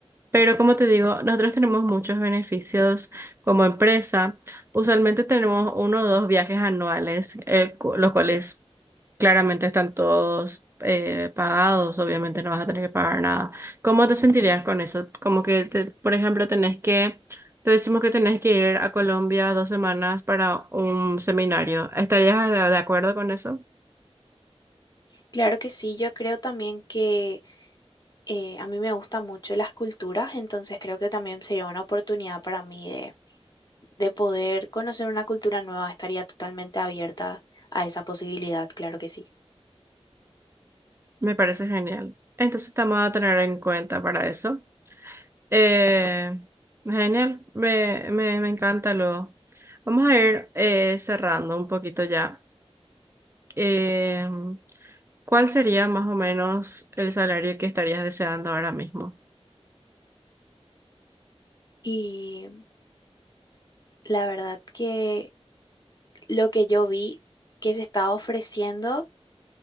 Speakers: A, on the right (about 25°); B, on the left (about 40°).
A: Pero como te digo, nosotros tenemos muchos beneficios como empresa. Usualmente tenemos uno o dos viajes anuales, eh, cu- los cuales claramente están todos eh, pagados. Obviamente no vas a tener que pagar nada. ¿Cómo te sentirías con eso? Como que, te- por ejemplo, tenés que, te decimos que tenés que ir a Colombia dos semanas para un seminario. ¿Estarías de de acuerdo con eso?
B: Claro que sí, yo creo también que eh, a mí me gustan mucho las culturas, entonces creo que también sería una oportunidad para mí de, de poder conocer una cultura nueva, estaría totalmente abierta a esa posibilidad, claro que sí.
A: Me parece genial. Entonces te vamos a tener en cuenta para eso. Eh, genial, me, me, me encanta lo. Vamos a ir eh, cerrando un poquito ya. Eh, ¿cuál sería más o menos el salario que estarías deseando ahora mismo?
B: Y la verdad que lo que yo vi que se estaba ofreciendo